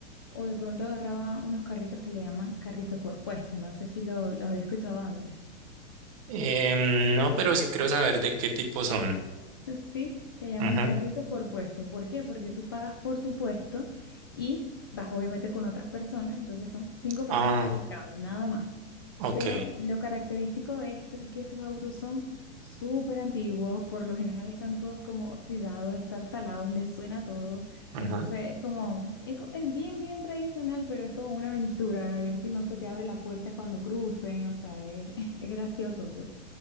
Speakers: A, on the left; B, on the right.
A: o de pronto agarraba unos carritos que le llaman carritos por puesta, no sé si lo, los había escuchado antes.
B: Em, no, pero sí quiero saber de qué tipo son.
A: Sí, se llaman
B: Ujú.
A: carritos por puesto. ¿Por qué? Porque tú pagas por tu puesto y vas obviamente con otras personas, entonces son cinco personas
B: Ah,
A: las que caben, nada más.
B: ok.
A: Pero lo característico de esto es que estos autos son súper antiguos, por lo general están todos como oxidados, estartalados, les suena todo.
B: Ajá.
A: Entonces es como, es, co- es bien, bien tradicional, pero es como una aventura, a ver si no se te abre la puerta cuando crucen, o sea, es, <laughs> es gracioso, sí.